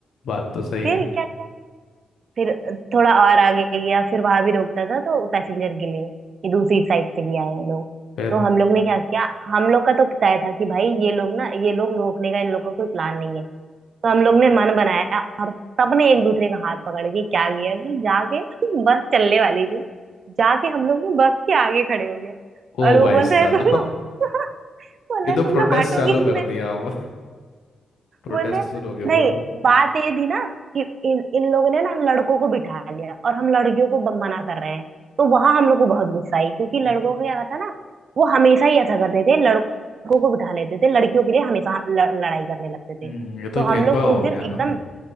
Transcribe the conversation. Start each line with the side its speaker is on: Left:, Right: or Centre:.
Left: बात तो सही
Right: फिर
Left: है
Right: क्या क्या फिर थोड़ा और आगे गया फिर वहां भी रोकता था तो पैसेंजर के लिए कि दूसरी साइड से भी आए हैं लोग
Left: फिर
Right: तो हम लोग ने क्या किया हम लोग का तो तय था कि भाई ये लोग ना ये लोग रोकने का इन लोग का कोई प्लान नहीं है तो हम लोग ने मन बनाया और सबने एक दूसरे का हाथ पकड़ के क्या किया कि जाके <laughs> बस चलने वाली थी जाके हम लोग ना बस के आगे खड़े हो गए
Left: ओ
Right: और वो
Left: भाई
Right: बोल
Left: साहब
Right: रहे तुम लोग <laughs> बोल
Left: ये
Right: रहे तुम
Left: तो प्रोटेस्ट
Right: लोग हटोगे
Left: चालू
Right: कि
Left: कर
Right: नहीं
Left: दिया और प्रोटेस्ट
Right: बोले
Left: शुरू हो गया
Right: नहीं
Left: पूरा
Right: बात ये थी ना कि इन इन लोगों ने ना हम लड़कों को बिठा लिया और हम लड़कियों को ब- मना कर रहे हैं तो वहां हम लोग को बहुत गुस्सा आई क्योंकि लड़कों
Left: हम्म।
Right: का क्या था ना वो हमेशा ही ऐसा करते थे लड़कों को बिठा लेते थे लड़कियों के लिए हमेशा ल- लड़ाई करने लगते थे
Left: हम्म ये तो
Right: तो
Left: भेदभाव
Right: हम लोग उस
Left: हो
Right: दिन
Left: गया ना
Right: एकदम